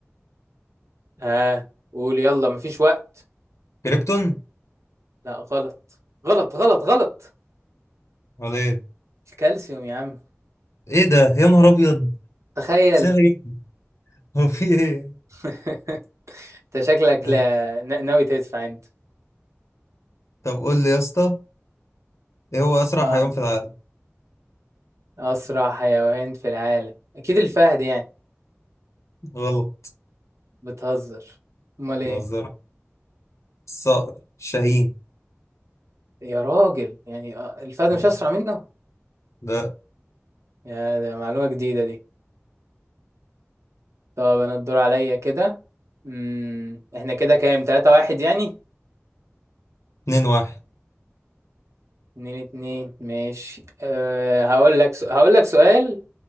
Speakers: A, on the right (about 80°); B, on the left (about 85°).
A: ها آه قول يلا مفيش وقت
B: كريبتون
A: لا غلط غلط غلط غلط
B: ولا ايه
A: الكالسيوم يا عم
B: ايه ده يا نهار ابيض
A: تخيل
B: سهلة جدا <laughs> هو في ايه
A: <laughs> انت شكلك
B: ماشي
A: لا ن- ناوي تدفع انت
B: طب قول لي يا اسطى ايه هو اسرع
A: اه
B: حيوان في العالم
A: اسرع حيوان في العالم اكيد الفهد يعني
B: غلط
A: بتهزر امال ايه
B: بهزر الصقر شاهين
A: يا راجل يعني آه، الفهد
B: تمام.
A: مش اسرع منه
B: لا
A: يا ده معلومة جديدة دي طب انا الدور عليا كده امم احنا كده كام تلاتة واحد يعني
B: اتنين واحد
A: اتنين اتنين ماشي أه هقول لك سو... هقول لك سؤال